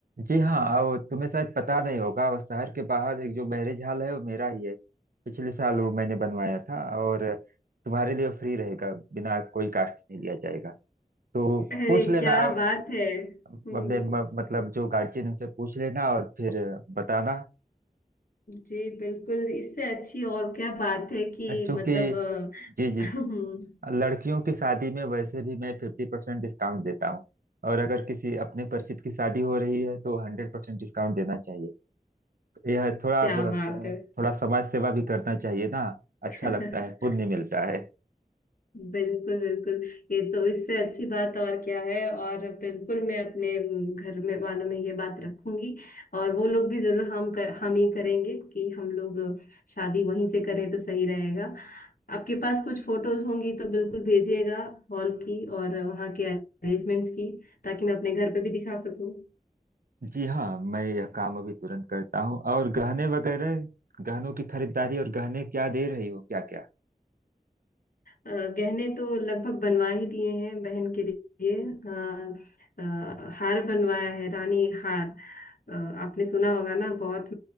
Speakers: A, on the right; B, on the left.
A: जी हाँ अब तुम्हें शायद पता नहीं होगा उस शहर के बाहर एक जो मैरिज हॉल है वो मेरा ही है पिछले साल वो मैंने बनवाया था और तुम्हारे लिए फ्री रहेगा बिना कोई कास्ट नहीं लिया जाएगा तो
B: अरे
A: पूछ लेना
B: क्या
A: अ-
B: बात है हम्म
A: अपने म- मतलब जो गार्जियन उनसे पूछ लेना और फिर बताना
B: जी बिल्कुल इससे अच्छी और क्या बात है कि
A: क्योंकि
B: मतलब
A: जी जी
B: अ, <laughs>
A: लड़कियों की शादी में वैसे भी मैं फिफ्टी परसेंट डिस्काउंट देता हूँ और अगर किसी अपने परिचित की शादी हो रही है तो हंड्रेड परसेंट डिस्काउंट देना चाहिए यह थोड़ा
B: क्या
A: बस
B: बात
A: थोड़ा
B: है
A: समाज सेवा भी करना चाहिए ना अच्छा
B: <laughs>
A: लगता है पुण्य मिलता है
B: बिल्कुल बिल्कुल ये तो इससे अच्छी बात और क्या है और बिल्कुल मैं अपने अम, घर में वालों में ये बात रखूंगी और वो लोग भी जरूर हम कर, हम ही करेंगे कि हम लोग शादी वहीं से करें तो सही रहेगा आपके पास कुछ फोटोज होंगी तो बिल्कुल भेजिएगा हॉल की और वहाँ के अरेंजमेंट्स की ताकि मैं अपने घर पे भी दिखा सकूं
A: जी हाँ मैं यह काम अभी तुरंत करता हूँ और गहने वगैरह गहनों की खरीदारी और गहने क्या दे रही हो क्या क्या
B: अ, गहने तो लगभग बनवा ही दिए हैं बहन के लिए अ, अ, हार बनवाया है रानी हार अ, आपने सुना होगा ना बहुत